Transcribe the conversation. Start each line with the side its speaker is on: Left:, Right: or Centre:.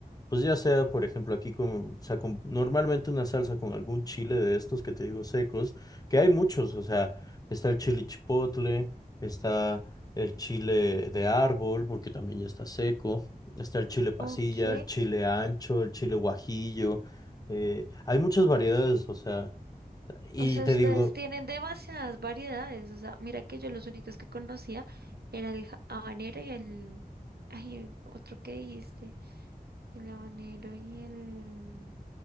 Left: pues ya sea, por ejemplo, aquí con, o sea, con- normalmente una salsa con algún chile de estos que te digo secos, que hay muchos, o sea, está el chile chipotle, está el chile de árbol, porque también ya está seco, está el chile pasilla,
Right: Ok.
Left: el chile ancho, el chile guajillo, eh, hay muchas variedades, o sea, y
Right: O sea,
Left: te
Right: ustedes
Left: digo,
Right: tienen demasiadas variedades. O sea, mira que yo los únicos que conocía era el ja- habanero y el... Ay, otro que dijiste. El habanero y el...